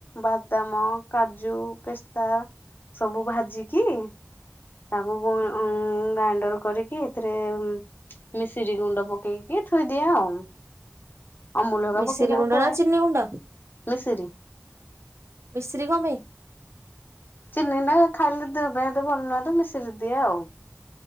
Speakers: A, on the left (about 50°); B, on the right (about 85°).
A: ବାଦାମ କାଜୁ କାଜୁ ପେସ୍ତା ସବୁ ଭାଜିକି ତାକୁ ଗ ଉଁ ଗ୍ରାଇଣ୍ଡର୍। କରିକି ଏଥିରେ ମିଶିରି ଗୁଣ୍ଡ ପକେଇକି ଥୋଇଦିଏ ଆଉ। ଅମୁଲୁ
B: ମିଶିରି
A: ହେଇକା ପକେଇଦେଇ ତାକୁ
B: ଗୁଣ୍ଡ
A: ଖୁଏ
B: ନା ଚିନି ଗୁଣ୍ଡ
A: ମିଶିରି।
B: ମିଶ୍ରି କଣ ପାଇଁ
A: ଚିନି ନା ଖାଇଲେ ଦେହ ପାଇଁ ଏତେ ଭଲ ନୁହେଁ ମିଶିରି ଦିଏ ଆଉ।